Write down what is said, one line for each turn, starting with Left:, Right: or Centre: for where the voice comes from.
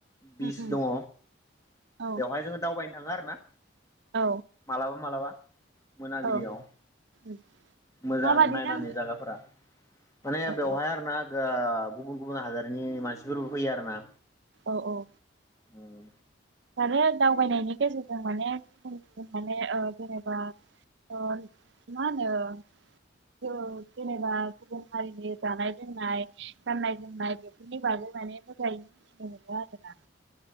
Left: बिस
Right: उम उम
Left: दङ
Right: औ
Left: बेवहाय जोङो दावबाय <unintelligible> आरो ना
Right: औ
Left: मालाबा मालाबा मोनाबिलियाव
Right: औ उम
Left: मोजां
Right: माबादि
Left: नायनानै
Right: नाङो
Left: जागाफोरा माने
Right: औ
Left: बेवहाय
Right: औ
Left: आरोना ओ गुबुन गुबुन हादोरनि मानसिफोरबो फैयो आरो ना
Right: औ औ
Left: ओम
Right: आरो दावबायनायनि गेजेरजों माने गुबुन गुबुन माने ओ जेनेबा ओ मा होनो जेनेबा गुबुन हारिनि जानाय लोंनाय गाननाय जोमनाय बेफोरनि बागै माने मोजाङैनो मिथिनो मोनो आरोना